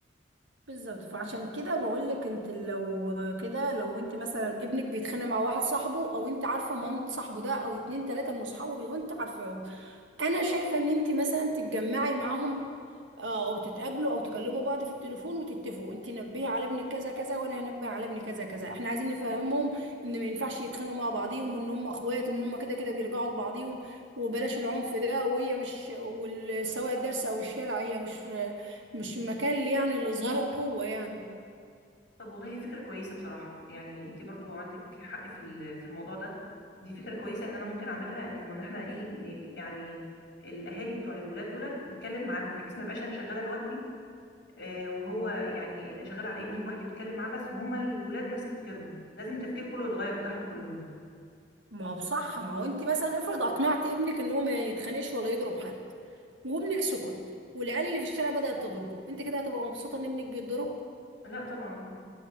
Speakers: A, on the right; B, on the left.
A: بالظبط فعشان كده بقول لك انت لو كده لو انت مثلا ابنك بيتخانق مع واحد صاحبه او انت عارفه مامة صاحبه ده او اتنين تلاته من اصحابه بي- وانت عارفاهم انا شايفه ان انت مثلا تتجمعي معاهم آه، او تتقابلوا او تكلموا بعض في التليفون وتتفقوا انت نبهي على ابنك كذا كذا وانا هنبه على ابني كذا كذا احنا عايزين نفهمهم ان ما ينفعش يتخانقوا مع بعضيهم وان هم اخوات وان هم كده كده بيرجعوا لبعضيهم وبلاش العنف ده وهي مش وال- سواء الدرس او الشارع هي مش مش مكان يعني لاظهار القوه يعني
B: طب والله هي فكره كويسه بصراحه يعني انت برضو عندك حق في ال- في الموضوع ده دي فكره كويسه ان انا ممكن اعملها ان ما احنا ايه ن- يعني الاهالي بتوع الولاد دولت نتكلم معاهم بحيث ما بقاش انا شغاله لوحدي آه، وهو يعني شغال على ابني لوحدي بتكلم معاه بس وهما الولاد نفس تفكيرهم لازم التفكير كله يتغير بتاعهم كلهم
A: ما هو بصح ما هو انت مثلا افرض اقنعت ابنك ان هو ما يتخانقش ولا يضرب حد وابنك سكت والعيال اللي في الشارع بدأت تضربه انت كده هتبقى مبسوطة ان ابنك بيتضرب
B: لا طبعا